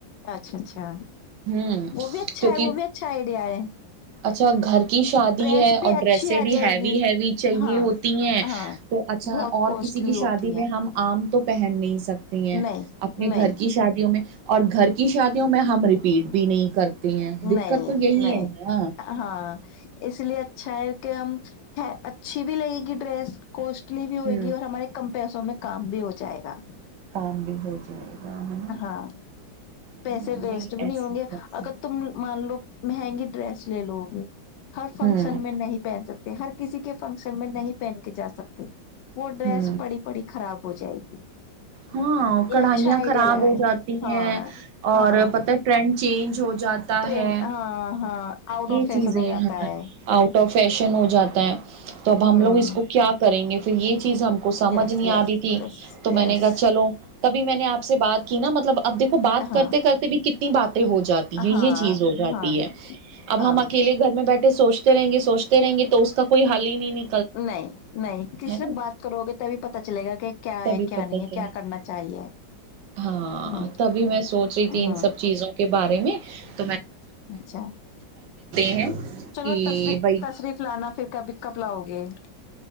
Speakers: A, on the left; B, on the right.
A: اچھا اچھا
B: ہوں
A: وہ بھی اچھا
B: کیونکہ
A: ہے وہ بھی اچھا آئیڈیا ہے
B: اچھا گھر کی شادی
A: ڈریس
B: ہے
A: بھی
B: اور
A: اچھی
B: ڈریسیں
A: آ
B: بھی
A: جائے
B: ہیوی
A: گی
B: ہیوی چاہیے
A: ہاں
B: ہوتی ہیں
A: ہاں
B: تو اچھا
A: بہت
B: اور
A: کوسٹلی
B: کسی کی
A: ہوتی
B: شادی میں
A: ہے
B: ہم آم تو پہن نہیں سکتا ہیں
A: نہیں
B: اپنے
A: نہیں
B: گھر کی شادیوں میں اور گھر کی شادیوں میں ہم رپیٹ بھی نہیں کرتے تی ہیں دقت
A: نہیں
B: تو یہی
A: نہیں
B: ہے ن
A: ہاں اس لیے اچھا ہے کہ ہم ہے اچھی بھی لگے گی ڈریس کوسٹلی بھی ہوئے
B: ہوں
A: گی اور ہمارے کم پیسوں میں کام بھی ہو جائے گا <inaudible>
B: ف بھی ہے جائے گا نا
A: ہاں پیسے
B: میں
A: ویسٹ
B: ایسا
A: بھی نہیں ہوں گے
B: کرتی
A: اگر تم مان لو مہنگی ڈریس لے لو گے ہر فنکشن
B: ہوں
A: میں نہیں پہن سکتے ہر کسی کے فنکشن میں نہیں پہن کے جا سکتے وہ ڈریس
B: ہوں
A: پڑی پڑی خراب ہو جائے گی
B: ہاں
A: یہ
B: کڑھائیاں
A: اچھا آئیڈیا
B: خراب
A: لگایا
B: ہو جاتی
A: ہاں
B: ہیں اور
A: ہاں
B: پت چینج ہو جاتا
A: ٹرین
B: ہے
A: ہاں ہاں آؤٹ
B: یہ
A: آف فیشن
B: چیزیں
A: ہو جاتا ہے
B: آؤٹ آف فیشن ہو جاتا ہے تو اب
A: ہوں
B: ہم لوگ اس کو کیا کریں گے <inaudible> تو یہ <inaudible> چیز ہم کو سمجھ
A: یس
B: نہیں
A: یس
B: آ رہی تھی
A: یس
B: تو میں
A: یس
B: نے کہا کبھی میں نے آپ سے بات کی نا مطلب اب دیکھو بات
A: ہاں
B: کرتے کرتے بھی ک <unintelligible> بات <unintelligible> ہو جاتی ہے
A: ہاں
B: یہ چیز ہو جاتی
A: ہاں
B: ہے اب
A: ہاں
B: ہم اکیلے گھر میں بیٹھے <unintelligible> سوچتے رہیں گے سوچتے رہیں گے تو اس کا کوئی حل ہی نہیں <unintelligible>
A: نہیں نہیں ک
B: ہے
A: صرف
B: نا
A: بات کرو گے تبھی پتا چلے گا کہ کیا ہے
B: تبھی
A: کیا
B: پتہ
A: نہیں ہے
B: چلا
A: کیا کرنا چاہیے
B: ہاں
A: ہ
B: تبھی میں سوچ رہی
A: ہ
B: تھی ان سب چیزوں کے بارے میں <unintelligible> ہ <unintelligible>
A: اچھا
B: ہیں
A: چلو
B: کہ بھائی
A: تشریف لانا پھر کبھی کب لاؤ گے <unintelligible>